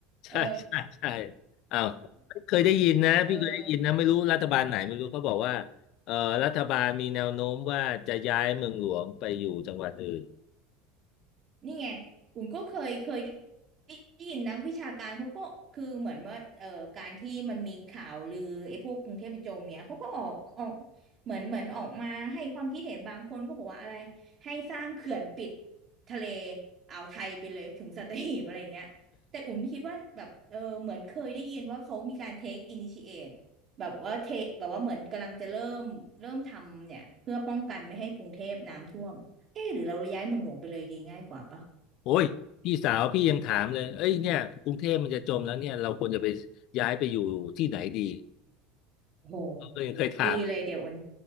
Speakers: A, on the left (about 60°); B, on the right (about 45°).
A: ใช่ใช่ใช่
B: เออ
A: อ้าวเคยได้ยินนะพี่เคยได้ยินนะไม่รู้รัฐบาลไหนไม่รู้เขาบอกว่า
B: เออ
A: เอ่อรัฐบาลมีแนวโน้มว่าจะย้ายเมืองหลวงไปอยู่จังหวัดอื่น
B: นี่ไงอุ่นก็เคยเคยได้ยินนักวิชาการเขาก็คือเหมือนว่าเออการที่มันมีข่าวลือไอ้พวกกรุงเทพจมเนี่ยเขาก็ออกออกเหมือนเหมือนออกมาให้ความคิดเห็นบางคนก็บอกว่าอะไรให้สร้างเขื่อนปิดทะเลอ่าวไทยไปเลยถึงสัตหีบอะไรเงี้ยแต่อุ่นคิดว่าแบบเออเหมือนเคยได้ยินว่าเขามีการ take initiate แบบว่าเทแบบว่าเหมือนกำลังจะเริ่มเริ่มทำเนี่ยเพื่อป้องกันไม่ให้กรุงเทพน้ำท่วม เอ๊ะหรือเราย้ายเมืองหลวงไปเลยดีง่ายกว่าปะ
A: โอ้ยพี่สาวพี่ยังถามเลยเอ้ยเนี่ยกรุงเทพมันจะจมแล้วเนี่ยเราควรจะไปย้ายไปอยู่ที่ไหนดี
B: โอ้ห
A: ก็ยังเคยถาม
B: ดีเลยเดี๋ยวอุ่น